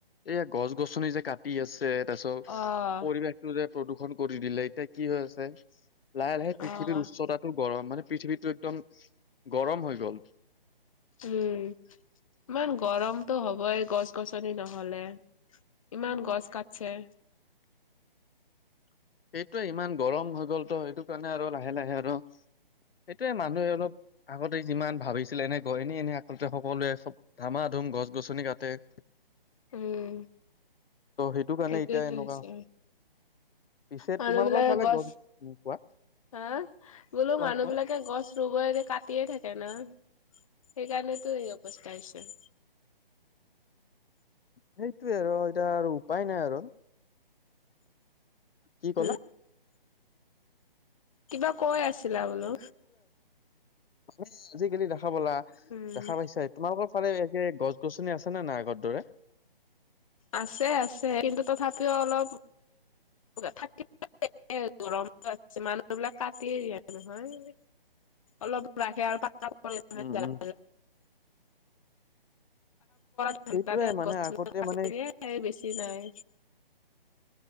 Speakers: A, on the left; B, on the left.
A: এইয়া গছ-গছনি যে কাটি আছে। তাৰপিছত
B: অ'
A: পৰিৱেশটো যে প্ৰদূষণ কৰি দিলে এতিয়া কি হৈ আছে। লাহে লাহে
B: অ'
A: পৃথিৱীৰ উচ্চতাটো গৰম মানে পৃথিৱীতটো একদম গৰম হৈ গ'ল।
B: উম'। ইমান গৰমতটো হ'বই, গছ শ-গছনি নহ'লে ইমান গছ কাটছে।
A: <inaudible> সেইটোয়ে ইমান গৰম হৈ গ'ল তো সেইটো কাৰণে আৰু লাহে লাহে আৰু সেইটোয়ে মানুহে অলপ আগতে যিমান ভাবিছিলে, এনে গয় এনে, এনে আকলতে সকলোৱে চব আমাৰ গছ-গছনি কাটে। ত'
B: উম।
A: সেইটো কাৰণে
B: সেইটোৱেতো
A: এতিয়া এনেকুৱা
B: হৈছে।
A: পিছে
B: মানুহ
A: তোমালোকৰ
B: বিলাকে
A: ফালে
B: গছ
A: গৰম কোৱা।
B: হা বোলো
A: কোৱা
B: মানুহ
A: কোৱা
B: বিলাকে গছ ৰুব কাটিয়ে থাকে না সেইকাৰণেতো এই অৱস্থা হৈছে
A: সেইটোৱে আৰু এতিয়া আৰু উপায় নাই আৰু কি ক'লা
B: উ কিবা কৈ আছিলা বোলো
A: মানে আজিকালি দেখা বলা
B: উম
A: দেখা পাইছাই তোমালোকৰ ফালে একে গছ গছনি আছে নে নাই আগৰ দৰে
B: আছে আছে কিন্তু তথাপিও অলপ থাক গৰম আছে মানুহবিলাক কাটিয়ে দিয়ে নহয় অলপ ৰাখে আৰু প
A: উম
B: জাক
A: উম
B: ঠাণ্ডাতে
A: সেইটোয়ে মানে
B: গছে
A: আগতে মানে
B: হে বেছি নাই